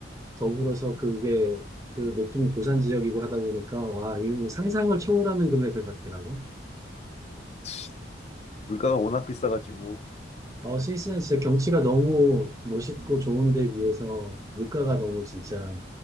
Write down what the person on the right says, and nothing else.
더불어서 그게 그 높은 고산 지역이고 하다 보니까 와, 이거 상상을 초월하는 금액을 받더라고.
어, 스위스는 진짜 경치가 너무 멋있고 좋은데 비해서 물가가 너무 진짜